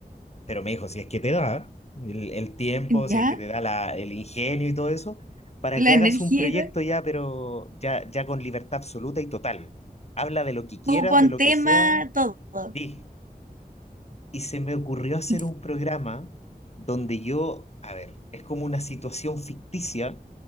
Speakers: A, on the left (about 40°); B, on the right (about 55°).
A: pero me dijo, si es que te da el, el tiempo,
B: ¿Ya?
A: si es que te da la- el ingenio y todo eso, para
B: La
A: que hagas
B: energía
A: un proyecto
B: y todo.
A: ya, pero ya, ya con libertad absoluta y total. Habla de lo que quieras,
B: Tú pon
A: de lo
B: tema,
A: que sea.
B: todo.
A: Sí. Y se me ocurrió hacer
B: Y-
A: un programa donde yo, a ver, es como una situación ficticia,